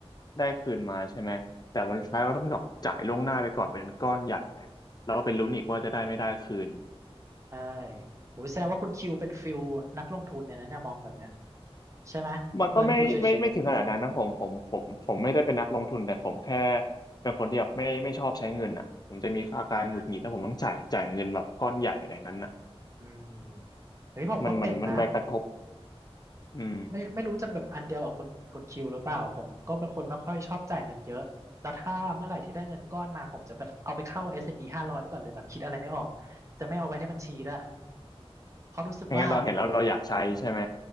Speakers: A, on the left (about 40°); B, on the right (about 30°).
A: ได้คืนมาใช่ไหมแต่วันสุดท้ายเราต้องแบบจ่ายล่วงหน้าไปก่อนเป็นก้อนใหญ่เนี่ยเราก็ไปลุ้นอีกว่าจะได้ไม่ได้คืน
B: อืมอืมใช่โอ้แสดงว่าคุณคิวเป็นฟิลนักลงทุนเนี่ยนะเนี่ยมองแบบเนี้ยใช่ไหมเงินอยู่เฉย
A: มันก็ไม่ไม่ไม่ถึงขนาดนั้นนะผมผมผมผมไม่ได้เป็นนักลงทุนแต่ผมแค่เป็นคนที่แบบไม่ไม่ชอบใช้เงินอ่ะผมจะมีอาการหงุดหงิดถ้าผมต้องจ่ายจ่ายเงินแบบก้อนใหญ่อะไรอย่างนั้นน่ะ
B: ๆอ่าอืมเฮ้ยผมก็เป็นนะ
A: มันมันมันไปกระทบอืม
B: ไม่ไม่รู้จะแบบอันเดียวกับคุณคุณคิวหรือเปล่าผมก็เป็นคนไม่ค่อยชอบจ่ายเงินเยอะแล้วถ้าเมื่อไหร่ที่ได้เงินก้อนมาผมจะไปเอาไปเข้า S&P 500ไปก่อนเลยแบบคิดอะไรไม่ออกจะไม่เอาไว้ในบัญชีด้วยเพราะรู้สึกว่า
A: ไม่งั้นเราเห็นแล้วเราอยากใช้ใช่ไหม